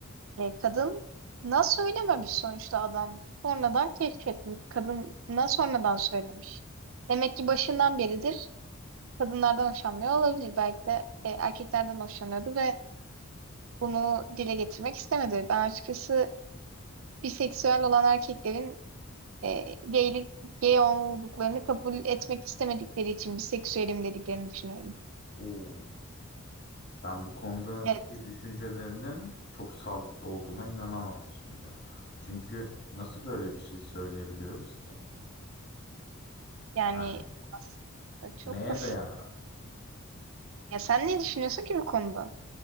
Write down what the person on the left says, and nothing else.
Oo. Ben bu konudaki
düşüncelerinin çok sağlıklı olduğuna inanamadım şimdi. Çünkü nasıl böyle bir şey söyleyebiliyoruz ki?
Yani
neye
dayanarak?